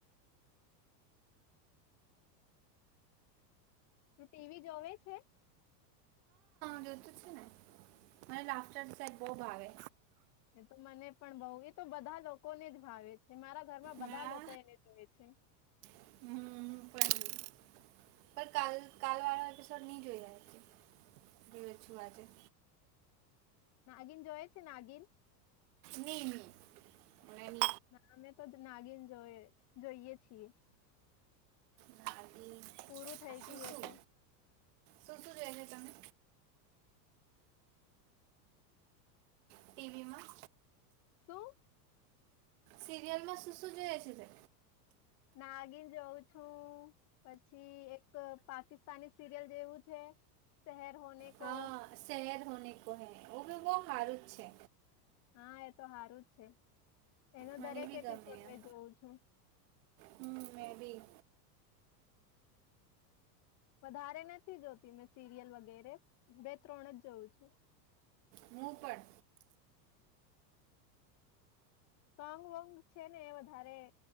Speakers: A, on the left (about 35°); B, on the right (about 70°).
A: તું ટીવી જોવે છે
B: જો છે ને લાફ્ટર સેફ બોવ ભાવે
A: એ તો મને પણ બઉ એ તો બધા લોકોને જ ભાવે છે મારા ઘરમાં બધા
B: હા,
A: લોકો એને જોવે છે
B: હમ, પણ પણ કાલ વાળો એપિસોડ નહી જોઈ છું આજે
A: નાગીન જોય છે નાગીન
B: નાગિન
A: ના અમે તો જ નાગીન જોય જોઈયે છીએ
B: નાલી
A: પૂરું થઈ
B: આ શું
A: ગયું
B: શું
A: એ તો
B: શું શું જોઈએ છે તમને ટીવીમાં
A: શું
B: સિરિયલ માં શું શું જોય છે તે
A: નાગીન જોઉં છું પછી એક પાકિસ્તાની સિરિયલ જેવું છે શહેર હોનેકો
B: હા શહેર હોને કો હૈ ઓ હાર છે
A: હા એ તો સારું જ છે એનો
B: મને
A: દરેક
B: બી
A: એપિસોડ
B: ગમે
A: મેં
B: એમ
A: જોઉું છું
B: હમ મે બી
A: વધારે નથી જોતી મે સીરિયલ વગેરે ત્રણ જ જઉં છું
B: મૂ પણર
A: સોંગ વોંગ છે ને એ વધારે